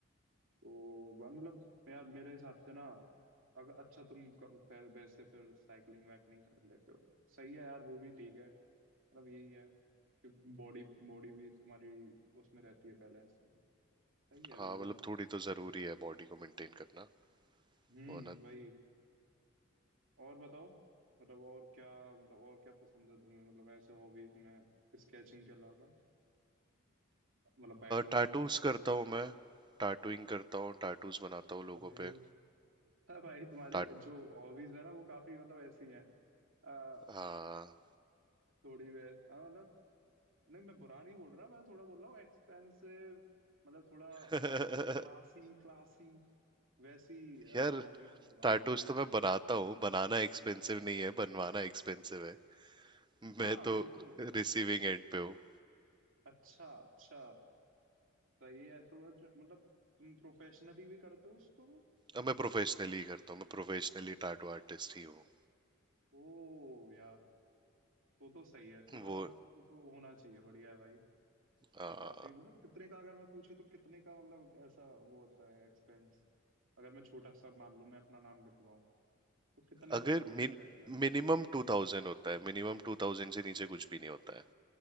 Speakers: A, on the right; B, on the right.
A: तो ब- मतलब यार मेरे हिसाब से ना अगर अच्छा तुम क- फिर वैसे फिर साइकिलिंग वाइकलिंग कर लेते हो सही है यार वो भी ठीक है मतलब यही है कि बॉडी बॉडी भी तुम्हारी उसमें रहती है बैलेंस में सही है
B: हाँ
A: वो भी
B: मतलब थोड़ी तो जरूरी है बॉडी को मेंटेन करना
A: हम्म
B: वरना
A: भाई और बताओ मतलब और क्या मतलब और क्या पसंद है तुम्हें मतलब ऐसे हॉबीज में स्केचिंग के अलावा मतलब बाइकिंग
B: टैटूज
A: के अलावा भी
B: करता हूँ मैं टैटूइंग करता हूँ टैटूज बनाता हूँ लोगों
A: भाई
B: पे
A: <laughs> हाँ भाई तुम्हारे
B: टैट
A: जो हॉबीज है ना वो काफी मतलब ऐसी हैं आ,
B: हाँ
A: थोड़ी वैस हाँ, मतलब नहीं मैं बुरा नहीं बोल रहा मैं थोड़ा बोल रहा हूँ एक्सपेंसिव मतलब थोड़ा
B: <laughs>
A: क्लासी क्लासी वैसी
B: यार
A: हॉबीज हैं तुम्हारी
B: टैटूज तो मैं बनाता हूँ बनाना एक्सपेंसिव नहीं है बनवाना एक्सपेंसिव है मैं
A: हाँ
B: तो
A: वही तो
B: रिसीविंग एंड पे हूँ
A: अच्छा अच्छा सही है तो बस मतलब तुम प्रोफेशनली भी करते हो उसको
B: अब मैं प्रोफेशनली करता हूँ मैं प्रोफेशनली टैटू आर्टिस्ट ही हूँ
A: ओ यार तो तो सही है तो तो मतलब
B: वो
A: तो, तो होना चाहिए बढ़िया है भाई
B: आ,
A: और काफी मतलब कितने का अगर मैं पूछूं तो कितने का मतलब ऐसा वो होता है एक्सपेंस अगर मैं छोटा सा मान लूं मैं अपना नाम लिखवाऊं तो कितने
B: अगर
A: का खर्चा आएगा मेरे को
B: मिनिमम टू थाउजेंड होता है मिनिमम टू थाउजेंड से नीचे कुछ भी नहीं होता है